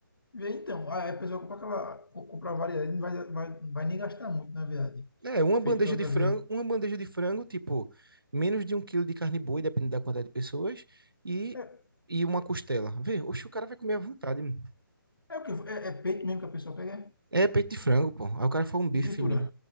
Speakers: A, on the left; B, on the right.
A: vê então, aí a pessoa compra aquela, co- compra a variedade, não vai, vai, vai nem gastar muito, na verdade.
B: É, uma
A: Feito
B: bandeja
A: da outra
B: de frango,
A: vez.
B: uma bandeja de frango, tipo, menos de um quilo de carne boi, dependendo da quantidade de pessoas, e,
A: É,
B: e uma costela. Vê, oxe, o cara vai comer à vontade. mano.
A: é o que? É, é peito mesmo que a pessoa pega é?
B: É peito de frango, pô. Aí o cara faz um bife
A: e tritura.
B: fininho.